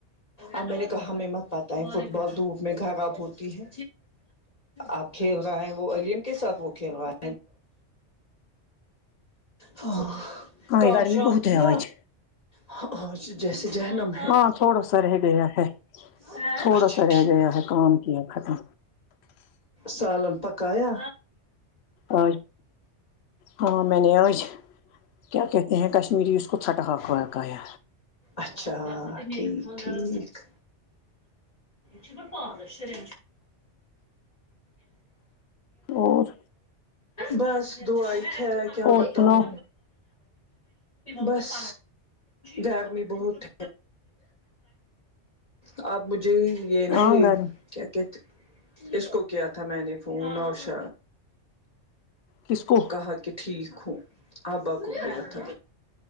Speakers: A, on the left; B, on the left.
A: اب میں نے کہا ہمیں مت پاتا ہے فٹ بال دھوپ میں خراب ہوتی ہے آپ کھیل رہا ہے وہ علیم کے ساتھ وہ کھیل رہا ہے ہاں
B: ہاں
A: کا
B: گرمی
A: شام
B: بہت
A: کن
B: ہے آج
A: ہاں جیسے جہ نم
B: ہاں تھوڑا سر ہے گ ہے ہے
A: اچھا
B: تھوڑا سا
A: ٹھیک
B: رہ گیا ہے کام کیا ختم
A: سالن پکایا
B: آ ہاں میں نے آج کیا کہتے ہیں کشمیری اس کو چھٹا وقا ہے
A: اچھا ایک س میں
B: اور
A: بس دعا ک کیا
B: اور
A: بتاؤں
B: سنو
A: بس گرمی بہت آپ مجھے یہ نہیں
B: ہاں گھر
A: کیا کیا اس کو کیا تھا میں نے فون اور ش
B: کس کو
A: کہا کہ ٹھیک ہو آ باککری تھا